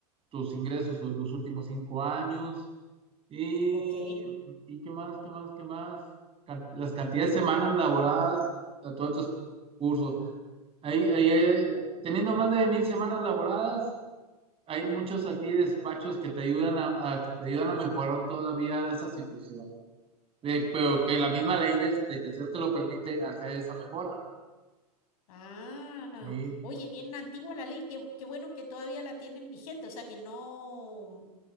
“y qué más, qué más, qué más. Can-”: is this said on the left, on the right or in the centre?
Right